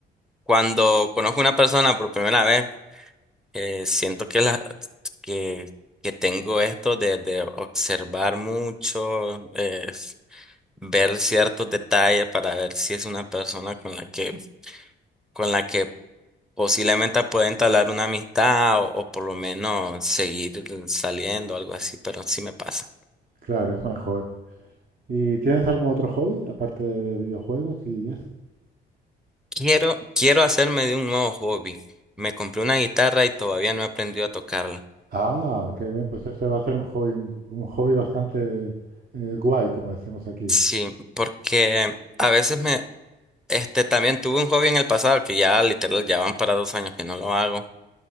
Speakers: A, in the centre; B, on the right (about 45°).
A: cuando conozco una persona por primera vez, eh, siento que, la, que, que tengo esto de, de observar mucho, eh, ver ciertos detalles para ver si es una persona con la que con la que posiblemente pueda entablar una amistad o, o por lo menos seguir saliendo, algo así, pero sí me pasa.
B: Claro, es mejor. ¿Y tienes algún otro hobby aparte de videojuegos y eso?
A: Quiero, quiero hacerme de un nuevo hobby. Me compré una guitarra y todavía no he aprendido a tocarla.
B: Ah, qué bien, pues ese va a ser un hobby, un hobby bastante eh, guay, como decimos aquí.
A: Sí, porque a veces me, este, también tuve un hobby en el pasado que ya literal ya van para dos años que no lo hago.